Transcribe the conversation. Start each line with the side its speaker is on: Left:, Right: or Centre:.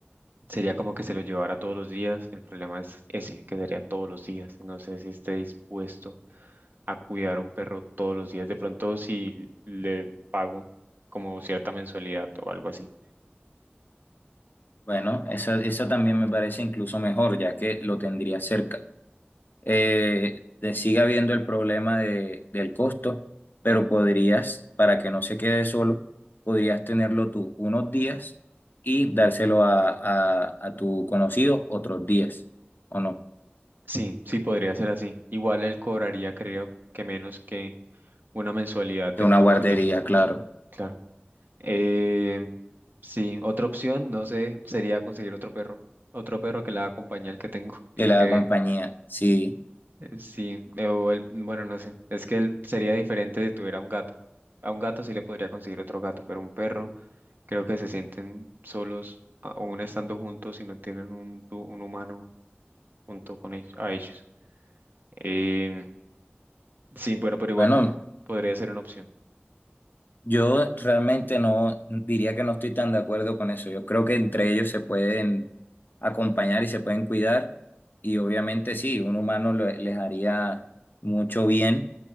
Right: Sería como que se lo llevara todos los días. El problema es ese, que sería todos los días. No sé si esté dispuesto a cuidar a un perro todos los días. De pronto, si le pago como cierta mensualidad o algo así.
Left: Bueno, esa, esa también me parece incluso mejor, ya que lo tendría cerca. eh, te sigue habiendo el problema de- del costo, pero podrías, para que no se quede solo, podrías tenerlo tú unos días y dárselo a, a- a tu conocido otros días, ¿o no?
Right: Sí, sí, podría ser así. Igual él cobraría, creo que menos que una mensualidad
Left: De
Right: en
Left: una
Right: una
Left: guardería,
Right: guardería,
Left: claro,
Right: claro. Eh, sí, otra opción, no sé, sería conseguir otro perro, otro perro que la acompañe al que tengo <laughs> y
Left: que le
Right: que
Left: da compañía. Sí,
Right: eh, sí, eh, o el bueno, no sé, es que él sería diferente si tuviera un gato. A un gato sí le podría conseguir otro gato, pero un perro creo que se sienten solos, a- aún estando juntos y no tienen un, du- un humano junto con ellos, a ellos. Em, Sí, bueno, pero
Left: bueno.
Right: bueno, podría ser una opción.
Left: Yo realmente no diría que no estoy tan de acuerdo con eso. Yo creo que entre ellos se pueden acompañar y se pueden cuidar. Y obviamente sí, un humano lo- les haría mucho bien,